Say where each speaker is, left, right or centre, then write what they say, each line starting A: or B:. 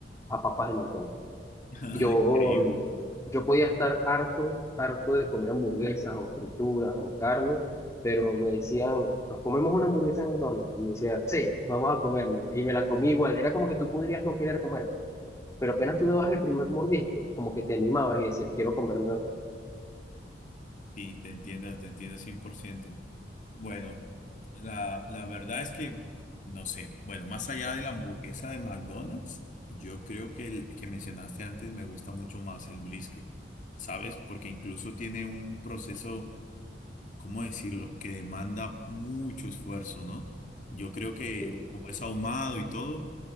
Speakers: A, on the left; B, on the left.
A: a papas de McDonald's.
B: <laughs>
A: Yo,
B: Ah, Increíble.
A: mm, yo podía estar harto, harto de comer hamburguesas o frituras o carne, pero me decían, nos comemos una hamburguesa en McDonald's. Y me decía, sí, vamos a comérnosla. Y me la comí igual. Era como que tú podrías no querer comértela. Pero apenas tú dabas el primer mordisco, como que te animabas y decías, quiero comerme otra.
B: Sí, te entiendo, te entiendo cien por ciento Bueno, la, la verdad es que, no sé, bueno, más allá de la hamburguesa de McDonald's, yo creo que el que mencionaste antes me gusta mucho más el brisket, ¿sabes? Porque incluso tiene un proceso ¿cómo decirlo? Que demanda mucho esfuerzo, ¿no? Yo creo que
A: Sí,
B: como es ahumado y todo,